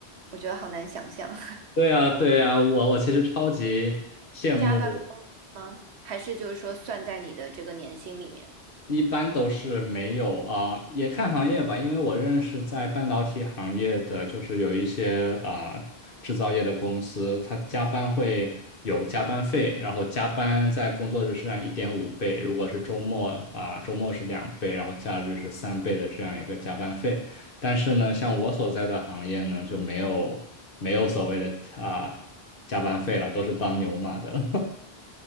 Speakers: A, on the right (about 80°); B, on the left (about 55°).
A: 我觉得好难想象，
B: 对呀，对呀，我我其实超级羡慕
A: <laughs> 加班工吗？还是就是说算在你的这个年薪里面？
B: 一般都是没有啊，也看行业吧，因为我认识在半导体行业的，就是有一些啊制造业的公司，它加班会有加班费，然后加班在工作日是按一点五倍，如果是周末啊，周末是两倍，然后假日是三倍的这样一个加班费。但是呢，像我所在的行业呢，就没有没有所谓的啊加班费了，都是当牛马的了，